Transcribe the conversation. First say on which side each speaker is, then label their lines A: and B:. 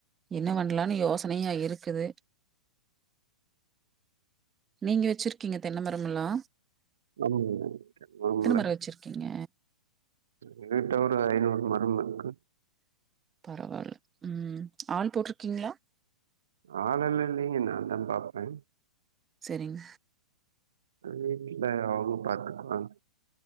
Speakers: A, on the right; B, on the right.
A: என்ன பண்ணலானு யோசனையா இருக் குது நீங்க வெச்சிர்க்கீங்க தென்னமரெமெல்லா
B: ஆமாங்க
A: மரம்
B: <unintelligible>
A: வச்சிருக்கீங்க?
B: எங்கிட்ட ஒரு ஐநூறு மரம் இருக்கு
A: பரவால்ல ம் ஆள் போட்ருக்கீங்ளா
B: ஆள் எல்லா இல்லிங்க நா தா பாப்பே
A: செரிங்
B: வீட்ல அவங்க பாத்துக்குவாங்